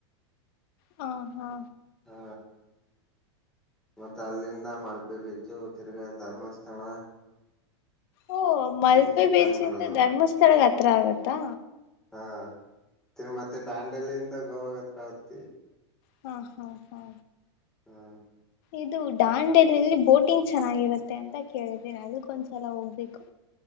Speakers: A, on the left; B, in the centre.
A: ಹಾ ಹಾ
B: ಹಾ ಮತ್ತೆ ಅಲ್ಲಿಂದ ಮಳಪೆ ಬೀಚು ತಿರ್ಗಾ ಧರ್ಮಸ್ಥಳ.
A: ಓ ಮಲ್ಪೆ
B: ಹಿಂಗ್ ರಿಟರ್ನ್
A: ಬೀಚಿಂದ
B: ಬರೋದು
A: ಧರ್ಮಸ್ಥಳಗ್ ಹತ್ರ ಆಗತ್ತಾ.
B: ಹಾ ತಿರ್ಗ ಮತ್ತೆ ದಾಂಡಲಿಂದ ಗೋವಾಗ ಹತ್ರ ಆಗುತ್ತೆ.
A: ಹಾ ಹಾ ಹಾ
B: ಹಾ
A: ಇದು ಡಾಂಡೆಲಿಲಿ ಬೋಟಿಂಗ್ ಚೆನ್ನಾಗಿರುತ್ತೆ ಅಂತ ಕೇಳಿದಿನ ಅದಕ್ಕೊಂದ್ಸಲ ಹೋಗ್ಬೇಕು.